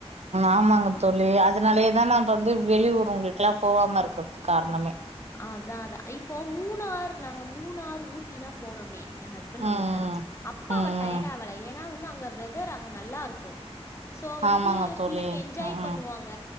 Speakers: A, on the right; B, on the left.
A: ஆமாங்க தோழி அதனாலயேதா நா வந்து வெளியூர் உங்களுக்கெல்லா போவாம இருக்கு காரணமே
B: அதா அதா இப்போ மூணாறு நாங்க மூணாறு ஊத் தின போனமே எ ஹஸ்பண்ட் வந்தப்ப
A: ம் ம்
B: அப்ப
A: ம்
B: அவ டயர்ட்
A: ம்
B: ஆவல ஏன்னா வந்து அங்க வெதர் அங்க நல்லா இருக்கு ஸோ வந்து
A: ஆமாங்க தோழி
B: பிள்ளைங்க என்ஜாய்
A: ம்
B: பண்ணுவாங்க
A: ம்